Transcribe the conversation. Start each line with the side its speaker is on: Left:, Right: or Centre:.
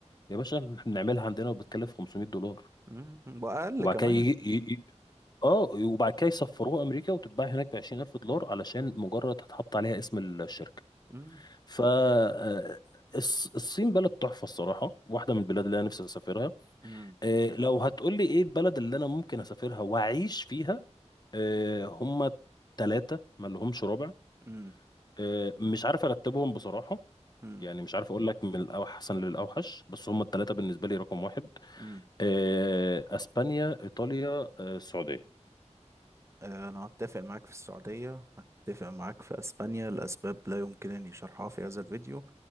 Left: يا باشا احنا بنعملها عندنا وبتكلف 500 دولار
Right: إمم، إمم. واقل
Left: وبعد
Right: كمان
Left: كده يجي ي- ي- اه وبعد كده يسفروها امريكا وتتباع هناك ب 20000 دولار علشان مجرد هتحط عليها اسم الشركه
Right: امم
Left: ف آه، الص- الصين بلد تحفة الصراحة واحدة من البلاد اللي أنا نفسي أسافرها
Right: امم
Left: آه، لو هتقولي إيه البلد اللي أنا ممكن أسافرها وأعيش فيها آه، هما تلاتة ما لهمش رابع
Right: امم
Left: آه، مش عارف أرتبهم بصراحة
Right: إمم،
Left: يعني مش عارف أقول لك من الأحسن للأوحش بس هما التلاتة بالنسبة لي رقم واحد
Right: إمم.
Left: آه، أسبانيا إيطاليا آه، السعودية
Right: آه، أنا أتفق معاك في السعودية أتفق معاك في أسبانيا لأسباب لا يمكنني شرحها في هذا الفيديو